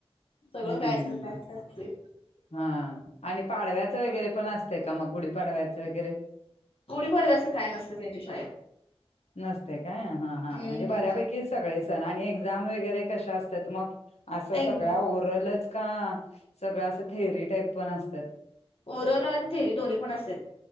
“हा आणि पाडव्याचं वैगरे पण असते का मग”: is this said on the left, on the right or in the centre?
Left